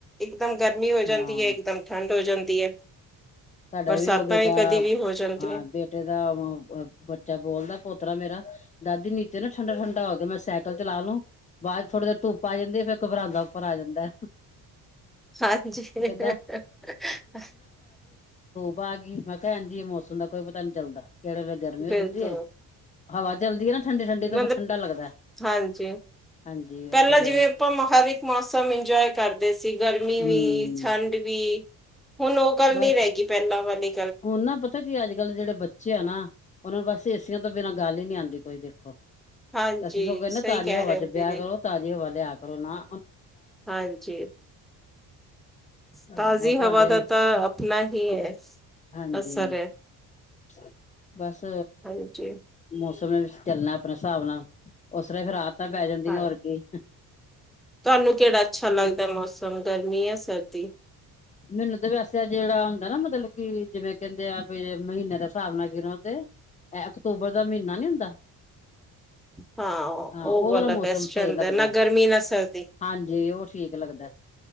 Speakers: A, in the centre; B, on the left.
A: ਇਕਦਮ ਗਰਮੀ ਹੋ ਜਾਂਦੀ
B: ਹਾਂ
A: ਹੈ ਇਕਦਮ ਠੰਡ ਹੋ ਜਾਂਦੀ ਹੈ।
B: ਸਾਡਾ
A: ਬਰਸਾਤਾਂ
B: ਵੀ ਉਹ ਬੇਟਾ
A: ਕਦੀ ਵੀ ਹੋ ਜਾਂਦੀਆਂ
B: ਹਾਂ ਬੇਟੇ ਦਾ ਬੱਚਾ ਬੋਲਦਾ ਪੋਤਰਾ ਮੇਰਾ ਦਾਦੀ ਨੀਚੇ ਨਾ ਠੰਡਾ-ਠੰਡਾ ਹੋ ਗਿਆ ਮੈਂ ਸਾਈਕਲ ਚਲਾ ਲੂੰ ਬਾਅਦ ਚ ਥੋੜੀ ਦੇਰ ਧੁੱਪ ਆ ਜਾਂਦੀ ਹੈ ਫਿਰ ਘਬਰਾਂਦਾ ਉੱਪਰ ਆ ਜਾਂਦਾ।
A: ਹਾਂਜੀ।
B: ਕਹਿੰਦਾ ਬ ਆ ਗਈ ਮੈਂ ਕਿਹਾ ਹਾਜੀ ਇਹ ਮ ਮੌਸਮ ਦਾ ਕੋਈ ਪਤਾ ਨੀ ਚੱਲਦਾ। ਕਿਹੜੇ ਵੇਲੇ ਗਰਮੀ
A: ਬਿਲਕੁਲ
B: ਹੋ ਜਾਂਦੀ ਹੈ। ਹਵਾ ਚਲਦੀ ਹੈ ਨਾ। ਠੰਡੀ ਠੰਡੀ ਤਾਂ
A: ਮਤਲਬ
B: ਫਿਰ ਠੰਡਾ ਲੱਗਦਾ
A: ਹਾਂਜੀ
B: ਹਾਂਜੀ
A: ਪਹਿਲਾਂ
B: ਉਹ ਫੇਰ
A: ਜਿਵੇਂ ਆਪਾਂ ਹਰ ਇੱਕ ਮੌਸਮ ਇੰਜੋਏ ਕਰਦੇ ਸੀ ਗਰਮੀ ਵੀ
B: ਹੂੰ
A: ਠੰਡ ਵੀ ਹੁਣ ਉਹ ਗੱਲ
B: ਬਸ
A: ਨੀ ਰਹਿ ਗਈ ਪਹਿਲਾਂ ਵਾਲੇ
B: ਹੁਣ ਨਾ ਪਤਾ ਕੀ ਅੱਜ ਕੱਲ੍ਹ ਜਿਹੜੇ ਬੱਚੇ ਆ ਨਾ ਉਹਨਾਂ ਨੂੰ ਬਸ ਏਸੀਆਂ ਤੋਂ ਬਿਨਾਂ ਗੱਲ ਹੀ ਨਹੀਂ ਆਦੀ ਕੋਈ ਦੇਖੋ।
A: ਹਾਂਜੀ,
B: ਅਸੀਂ ਸਗੋਂ
A: ਸਹੀ
B: ਨਾ ਤਾਜ਼ੀ
A: ਕਹਿ
B: ਹਵਾ
A: ਰਹੇ ਹੋ
B: ਚ ਵਿਆਹ
A: ਦੀਦੀ,
B: ਕਰੋ ਤਾਜ਼ੀ ਹਵਾ ਲਿਆ ਕੇ ਕਰਨਾ।
A: ਹਾਂਜੀ
B: ਉਹ
A: ਤਾਜ਼ੀ
B: ਤੁਹਾਡੇ
A: ਹਵਾ ਦਾ ਤਾਂ ਆਪਣਾ ਹੀ ਹੈ।
B: ਹਾਂਜੀ।
A: ਅਸਰ ਹੈ,
B: <unintelligible> ਬਸ
A: ਹਾਂਜੀ।
B: ਮੌਸ ਚੱਲਣਾ ਆਪਣੇ ਹਿਸਾਬ ਨਾਲ ਉਸਨੇ ਫੇਰ ਰਾ ਪੈ ਜਾਂਦੀਆਂ
A: ਹਾਂ,
B: ਹੋਰ ਕੀ।
A: ਤੁਹਾਨੂੰ ਕਿਹੜਾ ਅੱਛਾ ਲੱਗਦਾ ਮੌਸਮ ਗਰਮੀ ਹੈ ਸਰਦੀ
B: ਮੈਨੂੰ ਤਾਂ ਵੈਸੇ ਜਿਹੜਾ ਹੁੰਦਾ ਨਾ ਮਤਲਬ ਕਿ ਜਿਵੇਂ ਕਹਿੰਦੇ ਆ ਵੀ ਮਹੀਨੇ ਦੇ ਹਿਸਾਬ ਨਾਲ ਗਿਨੋ ਤੇ ਇਹ ਅਕਤੂਬਰ ਦਾ ਮਹੀਨਾ ਨੀ ਹੁੰਦਾ।
A: ਹਾਂ ਉਹ
B: ਹਾਂ
A: ਬਲ
B: ਵਾਲਾ ਮੌਸਮ
A: ਬੈਸੰਦਰ
B: ਸਹੀ ਲੱਗਦਾ
A: ਨਾ ਗਰਮੀ ਨਾ ਸਰਦੀ
B: ਹਾਂਜੀ ਉਹ ਠੀਕ ਲੱਗਦਾ